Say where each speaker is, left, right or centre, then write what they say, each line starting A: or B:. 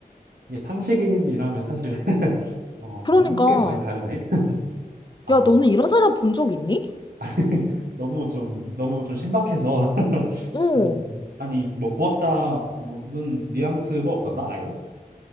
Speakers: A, on the right; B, on the left.
A: 이게 상식인이라면 사실. 어,
B: 그러니까,
A: 좀 상식이랑 많이 다르네. <laughs> 아,
B: 야, 너는 이런 사람 본 적 있니?
A: <laughs> 너무 좀, 너무 좀 신박해서. <laughs>
B: 어.
A: 음. 아니, 뭐, 고맙다, 뭐는 뉘앙스도 없었나, 아예?